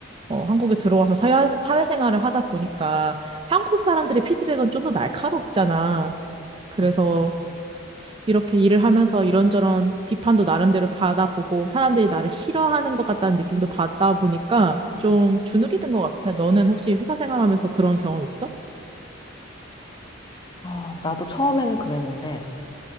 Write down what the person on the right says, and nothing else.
어, 한국에 들어와서 사회, 사회생활을 하다 보니까 한국 사람들의 피드백은 좀 더 날카롭잖아. 그래서
이렇게 일을 하면서 이런저런 비판도 나름대로 받아보고 사람들이 나를 싫어하는 것 같다는 느낌도 받다 보니까 좀 주눅이 든 것 같아. 너는 혹시 회사 생활하면서 그런 경험 있어?